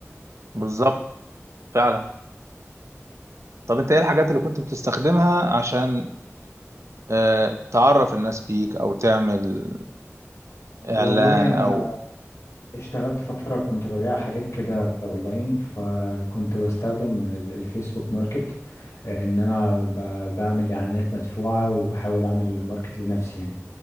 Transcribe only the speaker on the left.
والله
انا
اشتغلت فترة كنت ببيع حاجات كده اونلاين فكنت بستخدم ال- الفيسبوك ماركت آه، ان انا ب- بعمل اعلانات مدفوعة وبحاول اعمل ماركت لنفسي يعني